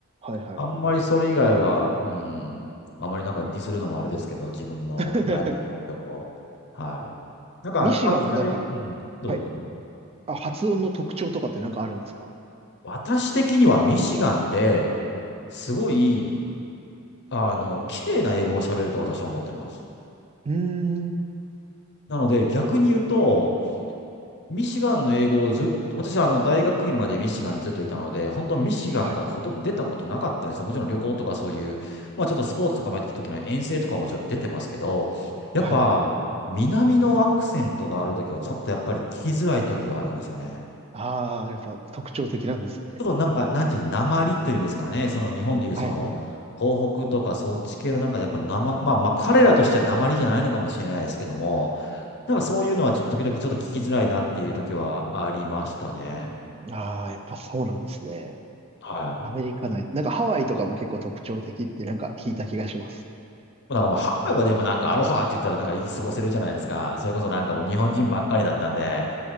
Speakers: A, on the right (about 25°); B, on the left (about 50°).
A: いはいはいは
B: あんまりそれ以外は、うん、あんまりなんかディスるのもあれですけど、自分の第二の目標を。
A: い。<laughs>
B: はい。なんか、
A: ミシガンのなんか、
B: アメリカで、うん、どうぞどうぞ。
A: はい。あ、発音の特徴とかってなんかあるんですか
B: 私的にはミシガンって、すごい、あの、綺麗な英語を喋ると私は思ってます。
A: うーん。
B: なので、逆に言うと、ミシガンの英語をずっと、私はあの大学院までミシガンにずっといたので、本当ミシガンからほとんど出たことなかったんですよ。
A: はい。
B: もちろん旅行とかそういう、まあちょっとスポーツとかもやってた時の遠征とかももちろん出てますけど、やっぱ南のアクセントがある時はちょっとやっぱり聞きづらい時があるんですよね。
A: はいはいはい。ああ、やっぱ特徴的なんですね。
B: ちょっとなんか、なんていうの、鉛というんですかね、その日本でいうその東北とかそっち系のなんかやっぱなままあまあ彼らとしては鉛じゃないのかもしれないですけども、
A: はいはい。
B: なんかそういうのはちょっと時々ちょっと聞きづらいなっていう時はありましたね。
A: ああ、やっぱそうなんですね。
B: はい。
A: アメリカ内。なんかハワイとかも結構特徴的ってなんか聞いた気がします。
B: もうなんかもうハワイはでもなんかアロハって言ったらなんか過ごせるじゃないですか。それこそなんかもう日本人ばっかりだったんで、